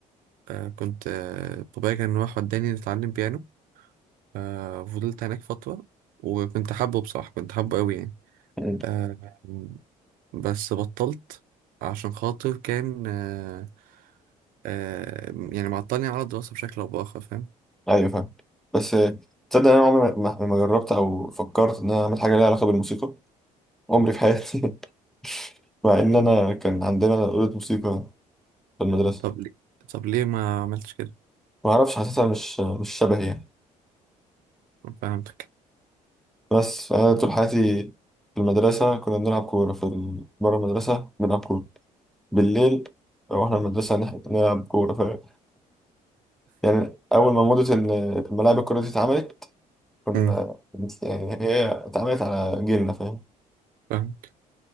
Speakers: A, on the right (about 75°); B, in the centre.
A: أه، كنت أه، بابايا كان راح وداني نتعلم بيانو أه، فضلت هناك فترة وكنت حابه بصراحة كنت حابه قوي يعني
B: مم.
A: أم، بس بطلت عشان خاطر كان أه، أه، يعني معطلني على الدراسة بشكل أو بآخر فاهم
B: ايوه فاهم بس آه، تصدق إن انا عمري ما ما- ما جربت او فكرت ان انا اعمل حاجة ليها علاقة بالموسيقى عمري في حياتي <laughs> مع ان انا كان عندنا أوضة موسيقى في المدرسة
A: طب ليه طب ليه ما عملتش كده
B: ما اعرفش حاسسها مش مش شبهي يعني
A: فهمتك
B: بس انا طول حياتي في المدرسة كنا بنلعب كورة في ال- بره المدرسة بنلعب كورة بالليل رحنا المدرسة نح- نلعب كورة فاهم يعني أول ما موضة إن الملاعب الكرة دي اتعملت كنا
A: امم
B: يعني هي اتعملت على جيلنا فاهم
A: فهمك